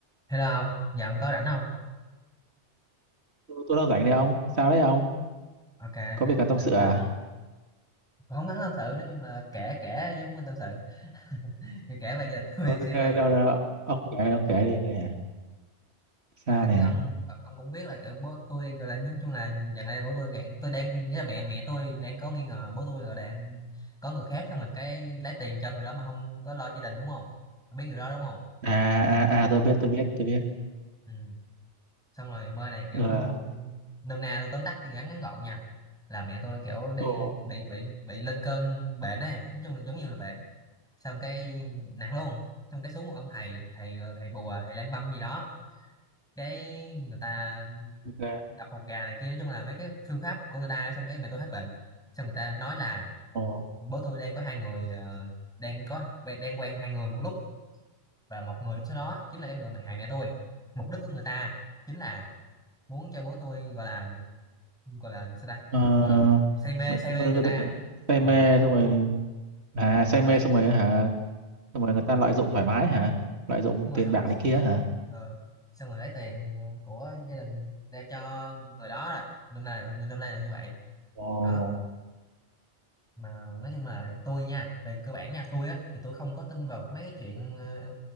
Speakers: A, in the centre; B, on the right.
A: Hello ông, giờ ông có rảnh không?
B: Tôi, tôi đang rảnh đấy ông. Sao đấy ông?
A: Ok,
B: Có
A: để
B: việc cần tâm
A: định
B: sự à?
A: ờ, không hắn tâm sự, nói chung là kể kể chứ không nên tâm sự. <laughs> Thì kể về gia đình tôi
B: Ok,
A: xíu
B: đâu,
A: này,
B: đâu. Ông kể, ông kể đi nè. Sao
A: Là hình
B: nè?
A: như ông ông cũng biết là kiểu bố tôi gọi là nói chung là gần đây bố tôi gạn tôi đang nghĩa là mẹ mẹ tôi đang có nghi ngờ bố tôi rồi đang có người khác thôi mà cái lấy tiền cho người đó mà không có lo gia đình đúng không? Ông biết điều đó đúng không?
B: À, à, à, tôi biết, tôi biết, tôi biết.
A: Ừ. Xong rồi mơ này kiểu
B: Ờ,
A: nôm na tôi tóm tắt ngắn ngắn gọn nha là mẹ tôi kiểu đi
B: ồ,
A: bị bị bị lên cơn bệnh ấy nói chung là giống như là bệnh xong cái nặng luôn xong cái xuống một ông thầy thầy thầy bùa thầy lang băm gì đó cái người ta
B: ok,
A: đập một gà này kia nói chung là mấy cái phương pháp của người ta xong cái mẹ tôi hết bệnh xong người ta nói là
B: ồ.
A: bố tôi đang có hai người ờ, đang có quen- đang quen hai người một lúc và một người trong số đó chính là cái người mà hại mẹ tôi mục đích của người ta chính là muốn cho bố tôi gọi là gọi là sao ta
B: Ờ,
A: gọi là say mê
B: ng-
A: say
B: ng-
A: mê người ta
B: ng- say mê
A: ừ.
B: xong rồi, à, say
A: xong
B: mê
A: rồi đấy
B: xong rồi
A: ờ.
B: hả? Xong rồi người ta lợi dụng thoải mái hả? Lợi dụng
A: đúng rồi
B: tiền
A: xong
B: bạc
A: rồi
B: này kia hả?
A: ờ, xong rồi lấy tiền ờ, của gia đình đem cho người đó là năm nay là như năm nay là như vậy
B: Ồ,
A: đó mà nói chung là tôi nha về cơ bản nha tôi á thì tôi không có tin vào mấy cái chuyện ờ,